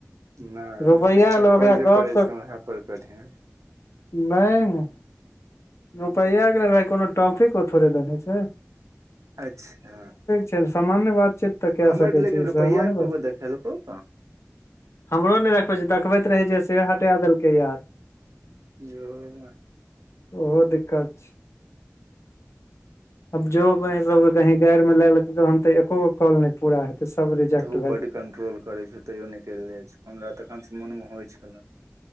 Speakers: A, on the right (about 75°); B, on the left (about 60°).
A: नै
B: रुपैआ
A: यैर
B: लए ओकरा
A: पर जे
B: गप
A: करै
B: के
A: छै उहे पर करिहै
B: <unintelligible> रुपैया कऽ लेल नै कोनो ट्रफिक थोड़े देखै छै
A: अच्छा
B: चल सामान्य बात चीत तऽ कै
A: हमर
B: सकै
A: लेकिन
B: छै इ
A: रुपैया
B: सामान्य
A: एको
B: बात
A: गो
B: चीत <inaudible>
A: देखेलकौ कहाँ
B: हमरो नै देखबै छै देखबैत रहै जे से हटा देलकै यार
A: जो बाइ
B: ओहो दिक्कत छै <inaudible> आब जो बाइ सब कऽ कही गैर में लै लेतै तहन तऽ एकोगो कॉल नै पूरा हेतै सब रिजेक्ट
A: धू
B: भए
A: बड
B: जेतै
A: कंट्रोल करै छियै तैयो निकलि जाय छै हमरा तखन स मोन म होइ छलै